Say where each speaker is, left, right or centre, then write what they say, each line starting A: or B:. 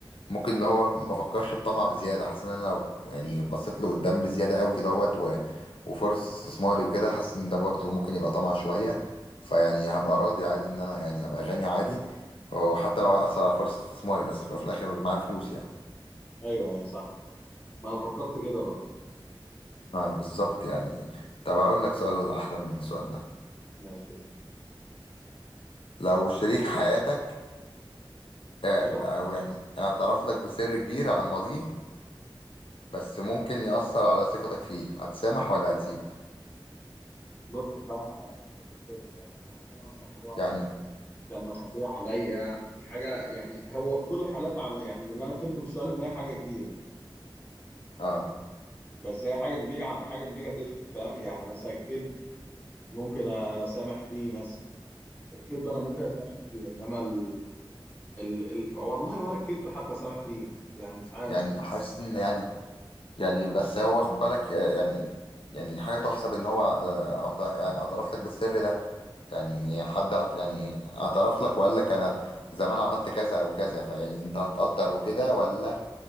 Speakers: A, on the left (about 80°); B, on the left (about 20°).
A: ممكن اللي هو ما فكرش بطمع بزيادة حاسس ان انا لو يعني بصيت له قدام بزيادة قوي كده اهوت و- وفرص استثماري وكده حاسس ان ده برضه ممكن يبقى طمع شوية فيعني هبقى راضي عادي ان انا يعني هبقى غني عادي وحتى لو هيأثر على فرصة استثماري بس في الأول وفي الآخر معايا فلوس يعني
B: ايوه ايوه صح ما انا فكرت كده برضه
A: اه بالظبط يعني طب اقول لك سؤال احلى من السؤال ده
B: ماشي
A: لو شريك حياتك آه،
B: ايوه
A: او يعني اعترف لك بسر كبير عن ماضيه بس ممكن يأثر على ثقتك فيه هتسامح ولا هتسيب
B: بص الصراحة على حسب السر يعني لو حاجة مثلا هو
A: يعني
B: كان مخبيها عليا حاجة يعني هو في كل الحالات على يعني من اللي أنا فهمته من السؤال إن هي حاجة كبيرة
A: اه
B: بس هي حاجة كبيرة عن حاجة كبيرة تفرق فاهم يعني مثلا الكذب ممكن أسامح فيه مثلا الكذب أنا ممكن أسامح فيه إنما ال... ال... ال... والله ولا الكذب حتى أسامح فيه يعني مش عارف
A: يعني حاسس ان يعني يعني بس هو خد بالك آه، يعني يعني حاجة تحسب ان هو آه، اعت- اعترف لك بالسر ده يعني حد اعت- يعني اعترف لك وقال لك انا زمان عملت كذا او كذا فيعني انت هتقدر وكده ولا